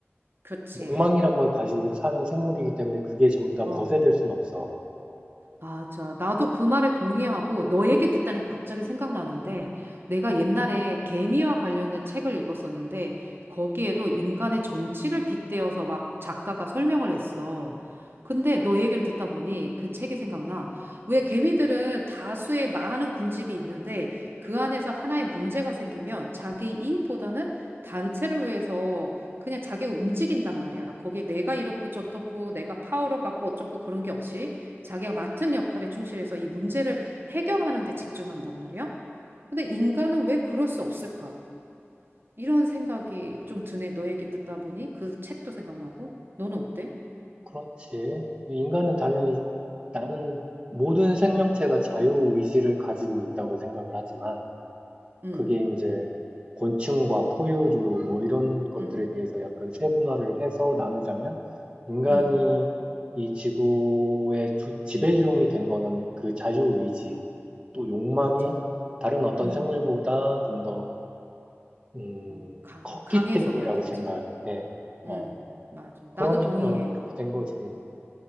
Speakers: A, on the right (about 55°); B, on the right (about 25°).
A: 그렇지.
B: 욕망이란 걸 가지고 사는 생물이기 때문에 그게 전부 다
A: 어,
B: 거세될 순 없어.
A: 맞아. 나도 그 말에 동의하고 너 얘기 듣다니 갑자기 생각나는데 내가 옛날에 개미와 관련된 책을 읽었었는데 거기에도 인간의 정치를 빗대어서 막 작가가 설명을 했어. 근데 너 얘기를 듣다 보니 그 책이 생각나. 왜 개미들은 다수의 많은 군집이 있는데 그 안에서 하나의 문제가 생기면 자기 이익보다는 단체를 위해서 그냥 자기가 움직인단 말이야. 거기에 내가 이렇고 저렇고 내가 파워를 갖고 어쩌고 그런 게 없이. 자기가 맡은 역할에 충실해서 이 문제를 해결하는 데 집중한단 말이야. 근데 인간은 왜 그럴 수 없을까? 이런 생각이 좀 드네. 너 얘기 듣다 보니 그 책도 생각나고. 너는 어때?
B: 그렇지.
A: 어,
B: 인간은 당연히 나는 모든 생명체가 자유의지를 가지고 있다고 생각을 하지만
A: 음,
B: 그게 이제 곤충과 포유류 뭐 이런 것들에
A: 음,
B: 대해서 약간 세분화를 해서 나누자면 인간이
A: 음,
B: 이 지구의 주- 지배종이 된 거는 그 자유의지 또 욕망이
A: 맞아.
B: 다른 어떤
A: 음,
B: 생물보다 좀 더, 음,
A: 어, 강,
B: 컸기
A: 강해서
B: 때문이라고
A: 그랬겠지?
B: 생각해. 어,
A: 음, 맞아.
B: 그러니까
A: 나도 동의해.
B: 그렇게 된 거지.
A: 음.